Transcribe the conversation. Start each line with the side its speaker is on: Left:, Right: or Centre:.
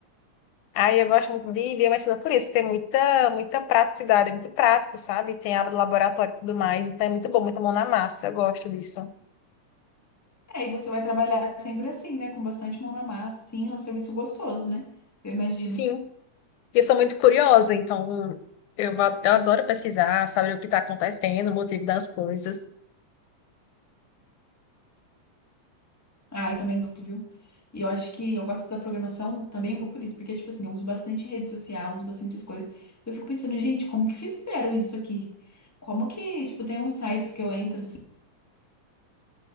Left: Aí eu gosto muito de biomedicina por isso, que tem muita, muita praticidade, é muito prático, sabe? Tem aula do laboratório e tudo mais. Então é muito bom, muita mão na massa. Eu gosto disso.
Centre: É, e você vai trabalhar sempre assim, né? Com bastante mão na massa, sim, é um serviço gostoso, né? Eu imagino.
Left: Sim. E eu sou muito curiosa, então eu, va- eu adoro pesquisar, saber o que está acontecendo, o motivo das coisas.
Centre: Ah, eu também gosto, viu? E eu acho que eu gosto da programação também um pouco por isso, porque, tipo assim, eu uso bastante rede social, uso bastante as coisas. Eu fico pensando, gente, como que fizeram isso aqui? Como que, tipo, tem uns sites que eu entro assim,